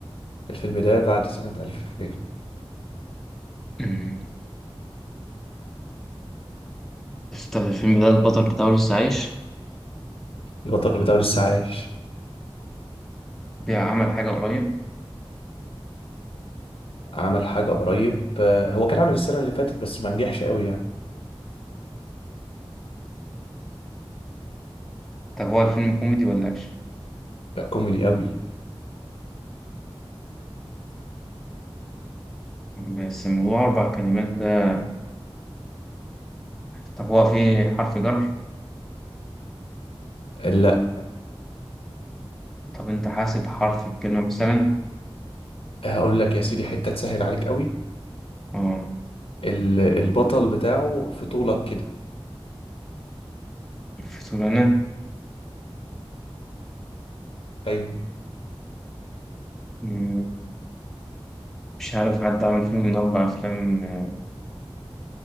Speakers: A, on the left; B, in the centre.
A: الفيلم ده بعد سنة 2000
B: أمم. طب الفيلم ده البطل بتاعه لسه عايش
A: البطل بتاعه لسه عايش
B: بيعمل حاجة قريب
A: عمل حاجة قريب آه، هو كان عامل السنة اللي فاتت بس ما نجحش قوي يعني
B: طب هو الفيلم كوميدي ولا أكشن
A: كوميدي قوي
B: بس ما هو أربع كلمات ده طب هو فيه حرف جر
A: لا
B: طب أنت حاسب حرف الكلمة مثلا
A: آه، هقول لك يا سيدي حتة تسهل عليك قوي
B: آه
A: ال- البطل بتاعه في طولك كده
B: الفتولانة
A: ايوه
B: مم، مش عارف حد عمل فيلم من أربع أفلام آه،